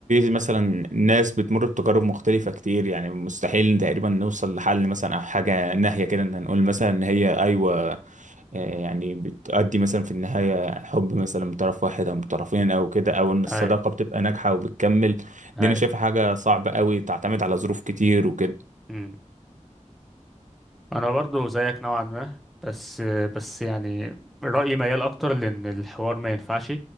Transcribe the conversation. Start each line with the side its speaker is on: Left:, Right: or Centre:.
Right: مثلا ناس بتمر بتجارب مختلفه كتير يعني مستحيل تقريبا نوصل لحل مثلا او حاجه ناهيه كده ان نقول مثلا ان هي ايوه آه، يعني بتؤدي مثلا في النهايه حب مثلا من طرف واحد او من طرفين او كده او ان الصداقه
Centre: اي
Right: بتبقى ناجحه وبتكمل
Centre: اي
Right: دي انا شايفها حاجه صعبه قوي تعتمد على ظروف كتير وكده
Centre: امم انا برضو زيك نوعا ما بس بس يعني رأيي ميال اكتر لان الحوار ما ينفعش